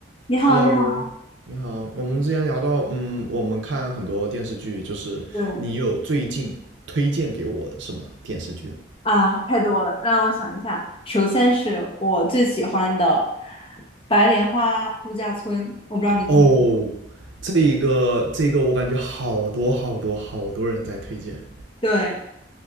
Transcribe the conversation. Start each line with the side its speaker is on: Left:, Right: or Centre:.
Left: 你好，
Right: Hello，
Left: 你好，
Right: 你好。我们之前聊到，嗯，我们看很多电视剧，就是你有最近推荐给我的什么电视剧吗？
Left: 对啊，太多了，让我想一下。首先是我最喜欢的《白莲花度假村》，我不知道你看过，
Right: 哦，这一个，这一个我感觉好多好多好多人在推荐。
Left: 对，